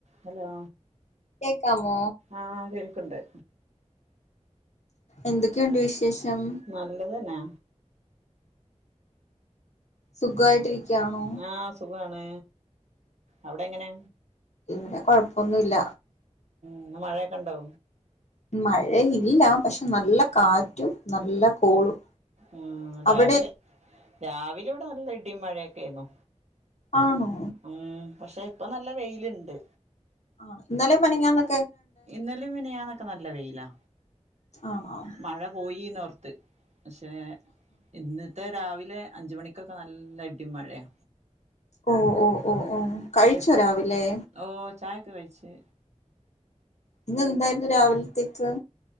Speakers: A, on the right; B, on the left.
A: Hello.
B: കേക്കാമോ?
A: ആഹ് കേൾക്ക്ണ്ട്.
B: എന്തൊക്കെണ്ട് വിശേഷം.
A: നല്ലതന്നെ
B: സുഖായിട്ടിരിക്കാണോ?
A: ആഹ്, സുഖാണ്, അവിടെങ്ങനെ?
B: ഇവിടെ കൊഴപ്പൊന്നുല്ല.
A: ഇന്ന് മഴയൊക്കെ ഉണ്ടോ
B: ഉം, മഴയില്ല പക്ഷെ നല്ല കാറ്റും നല്ല കോളും.
A: ഉം രാവിലെ
B: അവിടെ
A: രാവിലെ ഇവിടെ നല്ല ഇടിം മഴേക്കേര്ന്ന്.
B: ആനോ?
A: ഉം, പക്ഷേ ഇപ്പൊ നല്ല വെയില്ണ്ട്.
B: ആഹ്, ഇന്നലേം മെനഞ്ഞാന്നു
A: ഇന്നലെം മിനിയാന്നക്കെ നല്ല വെയിലാ,
B: ആണോ
A: മഴ പോയിന്നോർത്ത്. പക്ഷെ ഇന്നത്തെ രാവിലെ അഞ്ചുമണിക്കൊക്കെ നല്ല ഇടിം മഴയാ.
B: ഓ ഓ ഓ
A: ഉം
B: ഓ കഴിച്ചോ
A: ഷെ
B: രാവിലെ
A: ഓഹ് ചായക്കെകഴിച്ച്.
B: ഇന്നെന്തായിര്ന്നു രാവിൽത്തേക്ക്?